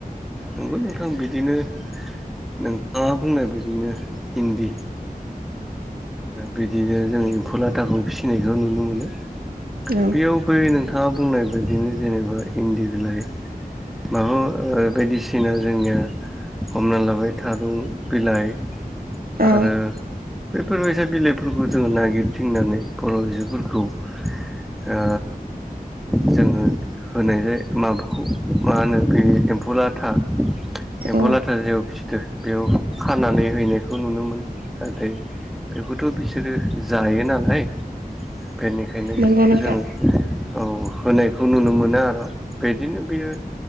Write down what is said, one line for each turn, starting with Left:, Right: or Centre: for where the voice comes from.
Centre: नंगौ नोंथां बिदिनो नोंथाङा बुंनाय बिदिनो इन्दि बिदिनो जों एम्फौ लाथाखौ फिसिनायखौ नुनो मोनो।
Right: औ
Centre: बेयाव बै नोंथाङा बुंनाय बायदिनो जेनेबा इन्दि बिलाइ माबा बायदिसिना जोंनिया हमना लाबाय थारुं बिलाइ
Right: औ
Centre: आरो बेैफोरबायसा बिलाइफोरखौ जोङो नागिरथिंनानै बर' आयजोफोरखौ। ओ जोङो होनाय जाय माबाखौ मा होनो बे एम्फ। फौ लाथा। एम्फौ
Right: औ
Centre: लाथा जेयाव फिथो बेयाव खानानै हैनायखौ नुनो मोनो नाथाय। बेखौथ' बिसोरो जायो नालाय। बेनिखायनो
Right: नंगौ
Centre: बेखौ
Right: नोंथां
Centre: जोङो औ होनायखौ नुनो मोनो। मोना आरो बेदिनो बेयो